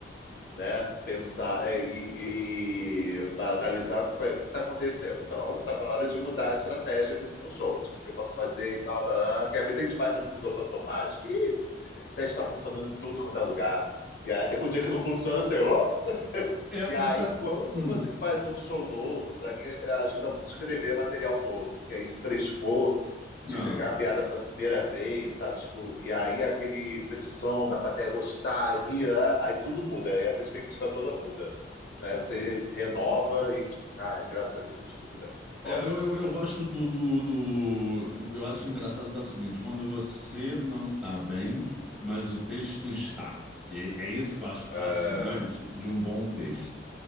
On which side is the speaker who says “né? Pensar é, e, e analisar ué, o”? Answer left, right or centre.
Left